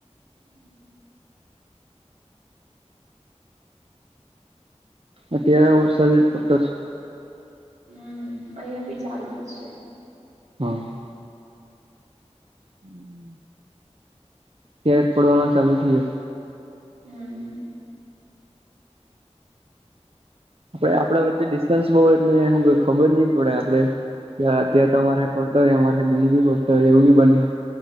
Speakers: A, on the right (about 85°); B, on the right (about 55°).
A: હમ <inaudible>
B: અત્યારે વરસાદ પતા-
A: હમ અહિયાંયા બી ચાલુ જ છે.
B: હમ <inaudible> હમ <inaudible> <inaudible> ફદ પડવાનો ચાલુ થયો-
A: હમ
B: આપડે આપણા વચ્ચે ડિસ્ટન્સ બહુ એટલે હું કોઈ ખબર નહી પડે આપડે- અત્યારે તો અમારે પડતા હોય અમારે બ બી પડતા હોય એવું બી બને-